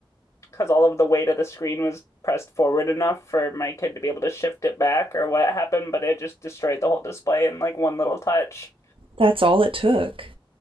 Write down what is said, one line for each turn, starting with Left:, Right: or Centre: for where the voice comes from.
Left: because all of the weight of the screen was pressed forward enough for my kid to be able to shift it back or what happened, but it just destroyed the whole display in like one little touch.
Right: That's all it took.